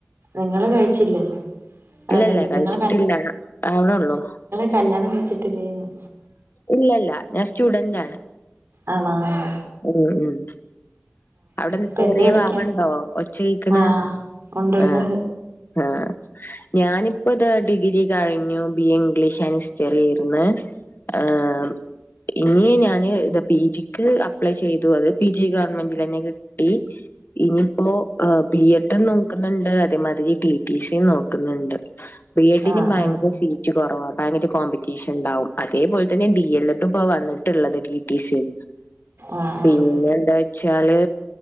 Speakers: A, on the right; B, on the left.
A: ങ്ങള് കഴിച്ചില്ലേ അല്ല
B: ഇല്ലല്ല
A: നി
B: കഴിച്ച്ട്ടില്ല
A: നിങ്ങള്
B: ആവ്ണോള്ളൂ
A: ക്കല്യാണം കഴിച്ചിട്ടില്ലേഏന്ന്
B: ഇല്ലല്ല ഞാ സ്റ്റുഡന്റാണ്
A: ആണാആാാ
B: അതെ അതെ <unintelligible> അവ്ടെ
A: ഇപ്പൊ
B: ചെറിയവാവണ്ടോ
A: എന്ത് പഠിക്കാ
B: ഒച്ചേക്ണ്
A: ആഹ് ഉണ്ട് ഉണ്ട്
B: ആ ആ ഞാനിപ്പതാ ഡിഗ്രി കഴിഞ്ഞു ബിഎ ഇംഗ്ലീഷ് ൻ ഇസ്റ്ററിയേര്ന്ന് ആം <unintelligible> ഇനീ ഞാന് ഇതാ പീജിക്ക് അപ്ലൈ ചെയ്തു അത് പീജി ഗവൺമെന്റിലന്നെ കിട്ടി <unintelligible> ഇനിയിപ്പോ എ ബി എഡും നോക്കുന്ന്ണ്ട് അതേമാതിരി ടി ടി സിം നോക്ന്നുണ്ട് ബി എഡിനിം
A: ആഹ്
B: ഭയങ്കര
A: ആഹ്
B: സീ റ്റ് കൊറവ ഭയങ്കര കോമ്പറ്റീഷൻ ണ്ടാവും അതേപോൽതന്നെ ഡിയെല്ലഡും പ്പോ വന്നിട്ടുള്ളത് ടിടിസിം
A: ആഹ്
B: പിന്നെന്താച്ചാല്
A: ആഹ്